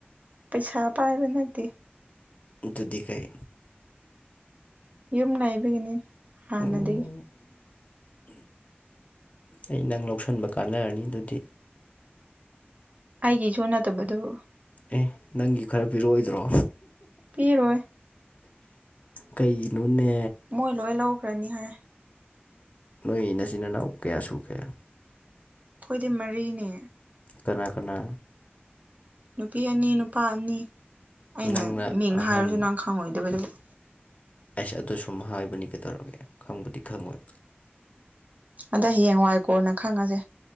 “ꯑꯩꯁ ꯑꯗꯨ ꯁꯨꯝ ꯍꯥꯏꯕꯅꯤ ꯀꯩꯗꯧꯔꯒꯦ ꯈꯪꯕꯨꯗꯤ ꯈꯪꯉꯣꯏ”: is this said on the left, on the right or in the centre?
Left